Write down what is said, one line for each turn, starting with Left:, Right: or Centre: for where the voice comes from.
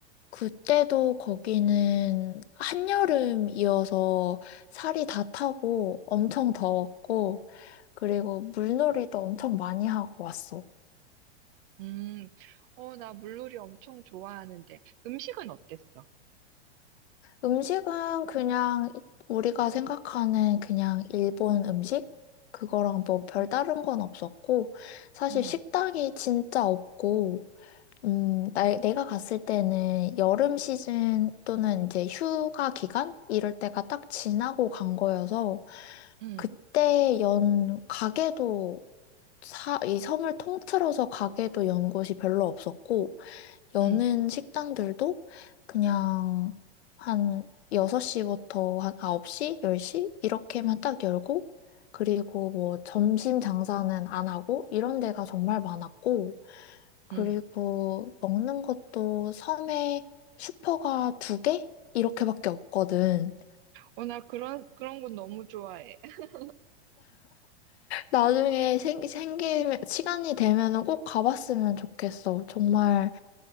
Left: 그때도 거기는 한여름이어서 살이 다 타고 엄청 더웠고, 그리고 물놀이도 엄청 많이 하고 왔어.
Right: 음, 어, 나 물놀이 엄청 좋아하는데 음식은 어땠어?
Left: 음식은 그냥 우리가 생각하는 그냥 일본 음식? 그거랑 뭐 별다른
Right: 음,
Left: 건 없었고, 사실
Right: 음,
Left: 식당이 진짜 없고, 음, 나, 내가 갔을 때는 여름 시즌 또는 이제 휴가 기간? 이럴 때가 딱 지나고 간 거여서,
Right: 음,
Left: 그때 연 가게도 사, 이 섬을 통틀어서 가게도 연 곳이 별로 없었고, 여는
Right: 음,
Left: 식당들도 그냥 한 6시부터 한 9시, 10시 이렇게만 딱 열고 그리고 뭐 점심 장사는 안 하고 이런 데가 정말 많았고 그리고
Right: 음.
Left: 먹는 것도 섬에 슈퍼가 두 개? 이렇게밖에 없거든.
Right: 어, 나 그런 그런 건 너무 좋아해. <laughs>
Left: 나중에 생기, 생기면, 시간이 되면은 꼭 가봤으면 좋겠어. 정말